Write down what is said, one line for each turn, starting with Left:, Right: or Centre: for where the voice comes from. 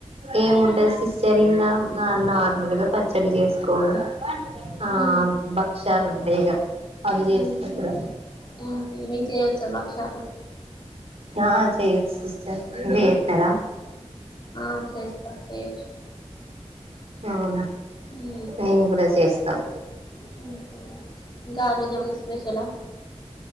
Right: ఏముంటది సిస్టర్ ఇంగ నార్మల్గా పచ్చడి చేసుకోవడం. ఆ
Left: ఉమ్,
Right: బక్ష ల్ ఉంటాయి ఇగ అవి చేస్త
Left: ఉమ్,
Right: ఇప్పుడు
Left: ఉమ్, మీకు చేయొచ్చా భక్షాలు
Right: ఆ చేయచ్చు సిస్టర్ ఉంటే చేత్తరా
Left: ఆ చేస్తా చేయచ్చు
Right: అవునా
Left: ఉమ్
Right: మేము కూడా చేస్తాం
Left: హ్ హ్ ఇంకా ఆ రోజు ఏమన్న స్పెషలా